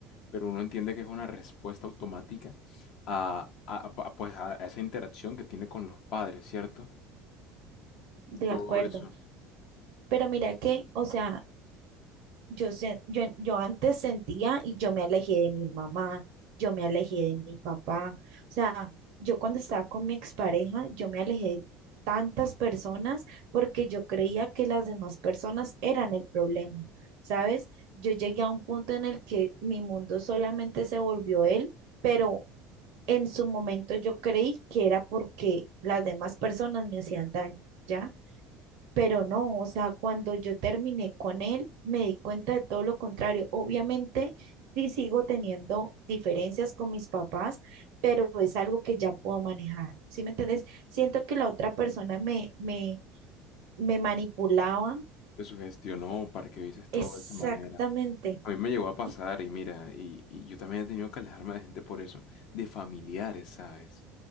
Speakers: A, on the left; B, on the right.
A: pero uno entiende que es una respuesta automática a, a- a- pues, a esa interacción que tiene con los padres, ¿cierto?
B: de
A: Todo
B: acuerdo.
A: eso.
B: Pero mira que, o sea... Yo, sen- yo, yo antes sentía y yo me alejé de mi mamá, yo me alejé de mi papá. O sea, yo cuando estaba con mi expareja, yo me alejé de tantas personas porque yo creía que las demás personas eran el problema, ¿sabes? Yo llegué a un punto en el que mi mundo solamente se volvió él, pero en su momento yo creí que era porque las demás personas me hacían daño, ¿ya? Pero no, o sea, cuando yo terminé con él, me di cuenta de todo lo contrario. Obviamente, sí sigo teniendo diferencias con mis papás, pero es algo que ya puedo manejar. ¿Sí me entiendes? Siento que la otra persona me, me, me manipulaba
A: te sugestionó para que vieses todo
B: exactamente.
A: de esa manera. A mí me llegó a pasar
B: Y-
A: y mira, y, y yo también he tenido que alejarme de gente por eso, de familiares, ¿sabes?